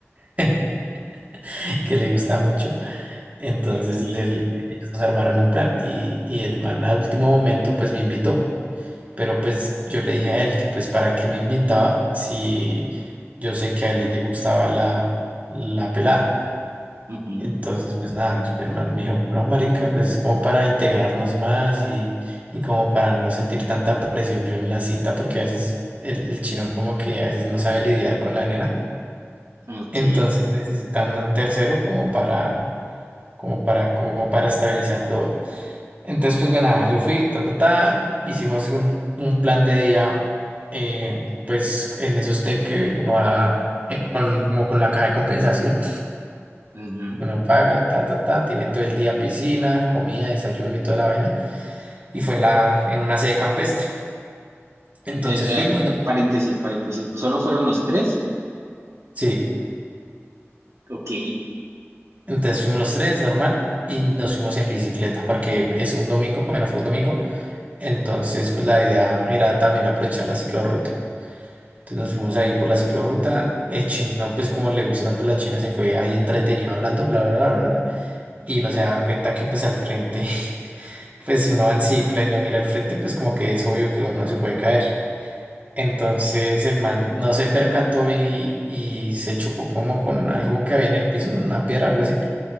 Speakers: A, on the right; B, on the right.
A: <laughs> que le gusta mucho. Entonces
B: ok,
A: él- ellos nos armaron un plan y, y el man al último momento pues me invitó, pero pues yo le dije a él que pues para qué me invitaba si yo sé que a él le gustaba la, la pelada.
B: ujú,
A: Entonces pues nada, el man me dijo, no marica, pues es como para integrarnos más y, y como para no sentir tanta presión yo en la cita porque a veces el, el chino como que a veces no sabe lidiar con la nena,
B: ok,
A: entonces necesita un tercero como para como para, como para estabilizar todo. Entonces, pues bueno, nada yo fui, ta, ta, ta, hicimos un, un plan de día, eh, pues en esos de que uno va eh, con, como con la caja de compensación,
B: ujú.
A: uno paga, ta, ta, ta, tiene todo el día piscina, comida, desayuno y toda la vaina, y fue en la, en una sede campestre. Entonces
B: A ver, a
A: fuimos,
B: ver,
A: ¿no?
B: paréntesis, paréntesis. ¿Solo fueron los tres?
A: Sí,
B: Ok,
A: entonces fuimos los tres, normal, y nos fuimos en bicicleta, porque es un domingo, bueno, fue un domingo, entonces pues la idea era también aprovechar la ciclorruta. Entonces nos fuimos ahí por la ciclorruta. El chino, pues como le gusta tanto la China, se fue ahí entretenido hablando, bla, bla, bla, bla, bla. Y no se da cuenta que pues al frente, <laughs> pues uno va en cicla y no mira al frente, pues como que es obvio que uno se puede caer. Entonces el man no se percató y, y se chocó como con algo que había en el piso, una piedra, algo así.